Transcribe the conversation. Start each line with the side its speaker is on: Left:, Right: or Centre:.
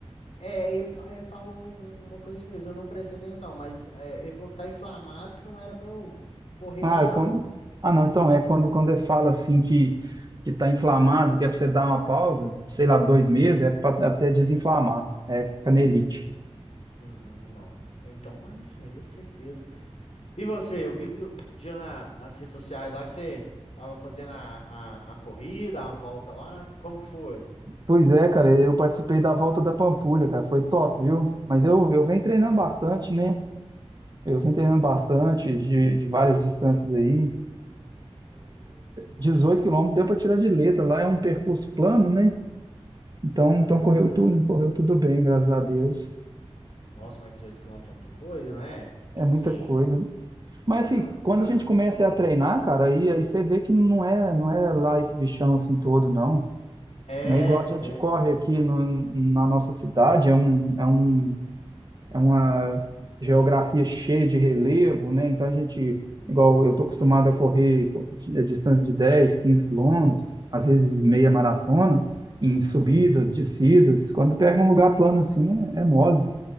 Left: É, ele, fa- ele falou um- um, uma coisa assim mesmo, eu não prestei atenção, mas é, ele falou que tá inflamado, que não era pra eu correr
Right: Ah,
Left: mais
Right: é quando...
Left: não.
Right: ah, não, então é quando, quando eles falam assim que que está inflamado, que é para você dar uma pausa, sei lá, dois meses, é para até desinflamar. É canelite.
Left: Uhum, não. É, Então é isso mesmo, certeza. E você, eu vi que tu dia na, nas redes sociais lá que você tava fazendo a, a, a corrida, a volta lá. Como que foi?
Right: Pois é, cara, eu participei da volta da Pampulha, cara, foi top, viu? Mas eu, eu venho treinando
Left: Bacana.
Right: bastante, né? Eu
Left: Uhum.
Right: venho treinando bastante de, de várias distâncias aí. 18 quilômetros deu para tirar de letra, lá é um percurso plano, né? Então,
Left: Ah,
Right: então correu tudo, correu tudo bem, graças a Deus.
Left: nossa, mas 18 quilômetros é muita coisa, não é?
Right: É
Left: Tipo
Right: muita
Left: assim,
Right: coisa. Mas
Left: pra,
Right: assim, quando
Left: pra
Right: a gente começa
Left: correr.
Right: a treinar, cara, aí, aí você vê que não é, não é lá esse bichão assim todo, não.
Left: É,
Right: Não é igual a gente
Left: é.
Right: corre aqui no- na nossa cidade, é um, é um é uma geografia cheia de relevo, né? Então a gente,
Left: Hum,
Right: igual eu estou acostumado a correr a distância de 10, 15 quilômetros, às vezes meia maratona, em
Left: uhum.
Right: subidas, descidas. Quando pega um lugar plano assim, é, é mole,